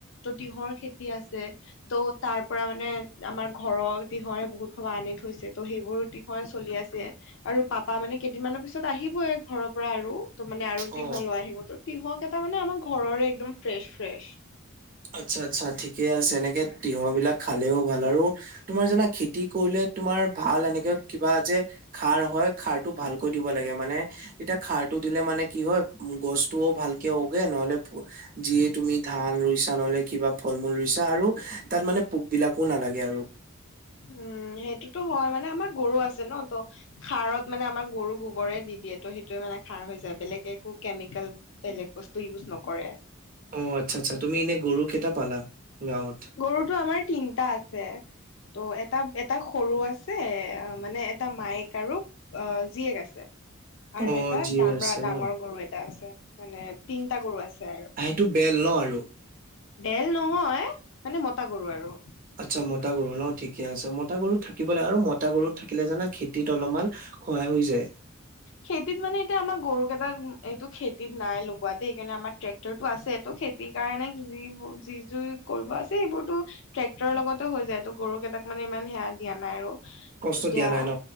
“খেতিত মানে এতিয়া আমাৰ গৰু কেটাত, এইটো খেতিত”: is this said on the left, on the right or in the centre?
Left